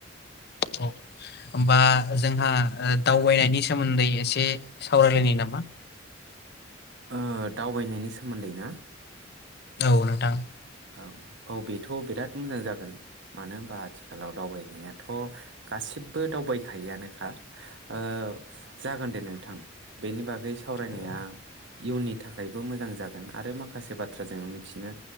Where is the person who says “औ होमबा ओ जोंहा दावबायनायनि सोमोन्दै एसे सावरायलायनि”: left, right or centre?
Left